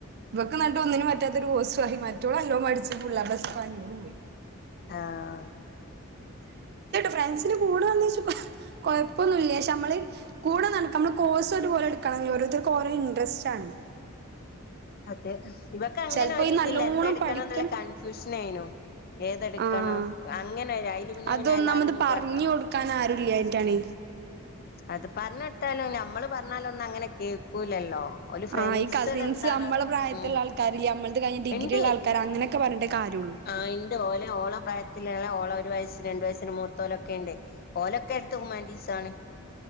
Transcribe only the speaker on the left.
ആഹ
അതെ ഇവൊക്കെ അങ്ങനെ
ഒരുതിയില്ല
എന്ത എടുക്കണം
എന്നുള്ള കൺഫ്യൂഷന യിനു ഏതെടുക്കണം
അങ്ങനെ അയിൽ പിന്നെ
പിന്നെ എല്ലാരും
പറഞ്
ഉം അത് പറഞ്ഞെടുത്താലും നമ്മള് പറഞ്ഞാല ഒന്നും അങ്ങനെ കേൾക്കൂലല്ലോ ഓല് ഫ്രണ്ട്സിൽ
എന്താണ്
പറയാ
ഉം
ഇണ്ട്
ആഹ് ഇണ്ട് ഓലെ ഓള പ്ര ഓള ഒരു വയ സ് രണ്ട വയസ്ന് മൂത്തോല ഒക്കെ ഉണ്ട് ഓലൊക്കെ എടുത്ത ഹുമാൻടീസണ്